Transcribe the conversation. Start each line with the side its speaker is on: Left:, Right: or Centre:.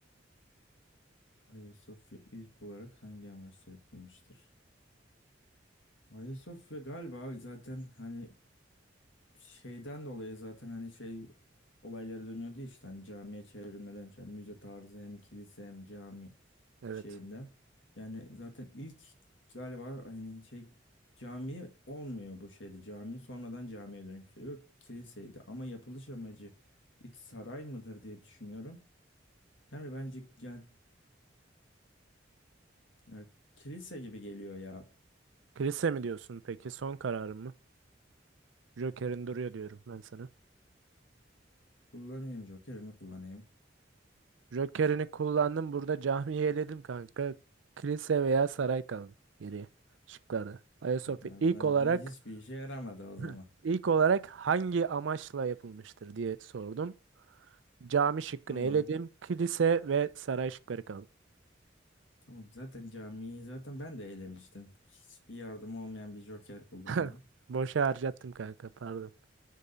Left: Ayasofya ilk olarak hangi amaçla yapılmıştır? Ayasofya galiba zaten hani şeyden dolayı zaten hani şey olayları dönüyordu ya işte hani camiye çevrilmeden işte hani müze tarzı hem kilise hem cami
Right: Evet.
Left: şeyinden. Yani zaten ilk galiba hani şey cami olmuyor bu şeyde cami sonradan camiye dönüştürüyor kiliseydi ama yapılış amacı ilk saray mıdır diye düşünüyorum. Yani bence ya, ya kilise gibi geliyor ya.
Right: Kilise mi diyorsun peki? Son kararın mı? Joker'in duruyor diyorum ben sana.
Left: Kullanayım jokerimi kullanayım.
Right: Joker'ini kullandım. Burada camiyi eledim kanka. Kilise veya saray kaldı geriye şıklarda. Ayasofya
Left: Ya
Right: ilk
Left: ben
Right: olarak
Left: de hiçbir işe yaramadı
Right: <clears throat>
Left: o
Right: <laughs>
Left: zaman.
Right: ilk olarak hangi amaçla yapılmıştır diye sordum. Cami şıkkını
Left: Tamam.
Right: eledim. Kilise ve saray şıkları kaldı.
Left: Tamam. Zaten camiyi zaten ben de elemiştim. Hiçbir yardım olmayan bir joker kullandım.
Right: <laughs> Boşa harcattım kanka pardon.